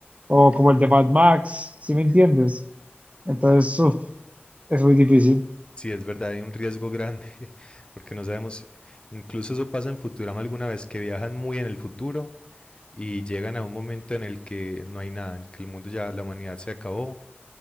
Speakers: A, on the right; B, on the left.
A: o como el de Mad Max, ¿sí me entiendes? Entonces, uf, es muy difícil.
B: Sí, es verdad, hay un riesgo grande, <laughs> porque no sabemos, incluso eso pasa en Futurama alguna vez, que viajan muy en el futuro y llegan a un momento en el que no hay nada, en el que el mundo ya, la humanidad se acabó